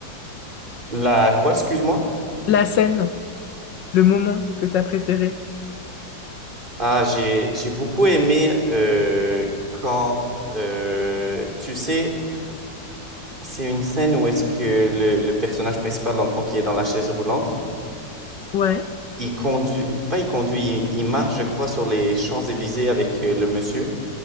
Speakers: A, on the right (about 25°); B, on the left (about 70°).
A: La quoi, excuse-moi?
B: La scène, le moment que t'as préféré?
A: Ah, j'ai, j'ai beaucoup aimé euh, quand, euh, tu sais, c'est une scène où est-ce que le, le personnage principal, dans le fond, qui est dans la chaise roulante.
B: Ouais.
A: il conduit, pas il conduit, il, il marche, je crois, sur les Champs-Élysées avec euh, le monsieur.